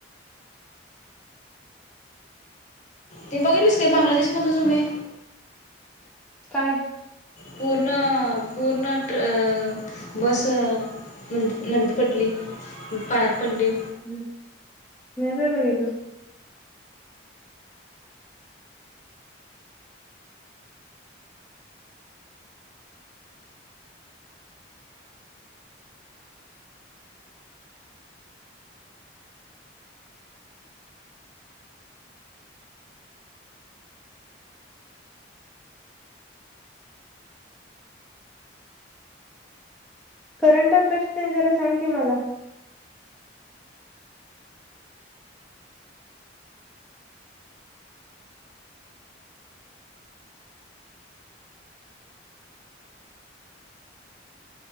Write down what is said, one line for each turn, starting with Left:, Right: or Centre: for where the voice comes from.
Left: ते बघितलीस काय बांगलादेशमधलं सुमे.?
Centre: काय?
Left: पूर्ण पूर्ण ट्र अ बस नदीत-नदीत पडली, पाण्यात पडली.
Centre: हं.. नाही बाई बागितलो. करंट अफेअर्स तेन जरा सांग की मला.